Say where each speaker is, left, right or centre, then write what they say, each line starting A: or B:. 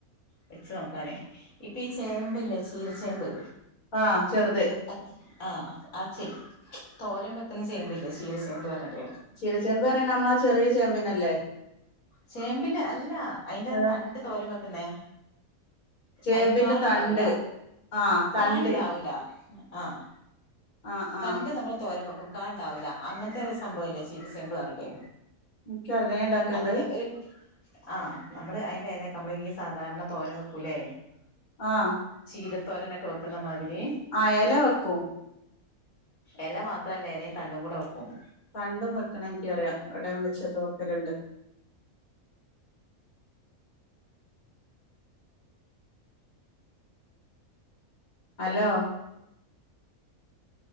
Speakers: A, on the left; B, on the left.
A: വെച്ചു നോക്കാന് ഇപ്പൊ ഈ ചേമ്പില്ലേ ചീര ചേമ്പ്
B: ആഹ് ചെറ്ത്
A: അത് ആഹ് ആ ചെയ് തോരൻ വെക്ക്ണ ചേമ്പ് ലേ ചീര ചേമ്പ് ന്ന് പറഞ്ഞിട്ട്
B: ചീര ചേമ്പ് പറയ്ണ നമ്മളെ ആ ചെറിയ ചേമ്പിനല്ലേ
A: ചേമ്പ്ന് അല്ല അയ്ന്റെ
B: ഏഹ്
A: തണ്ട് തോരം വെക്ക്ന്നേ
B: ചേമ്പിന്റെ
A: അയ്ന് കാ ഇണ്ടാവൂല
B: തണ്ട് ആഹ് തണ്ട്
A: കാ ഇണ്ടാവൂല ആഹ്
B: ആഹ്
A: തണ്ട്
B: ആഹ്
A: നമ്മൾ തോരം വെക്കും കാ ഇണ്ടാവൂല്ല അങ്ങൻത്തെ ഒരു സംഭവം ഇല്ലേ ചീര ചേമ്പ് പറഞ്ഞിട്ട്
B: എനിക്കറിയാം ഉണ്ടാക്കണ്ട്
A: അതിന് ഒരു ആഹ് നമ്മള് അയ്ന്റെ എല നമ്മളി ഈ സാധാരണ തോരം വെക്കൂല്ലേ
B: ആഹ്
A: ചീരത്തോരനൊക്കെ വെക്കുന്നമാതിരി
B: ആഹ് എല വെക്കും
A: എല മാത്രല്ല എലയും തണ്ടും കൂടെ വെക്കും
B: തണ്ടും വെക്ക്ണ ഇന്ക്ക് അറിയാം ഇവ്ടെ ഇമ്മച്ചിക്കെ വെക്കല്ണ്ട് hello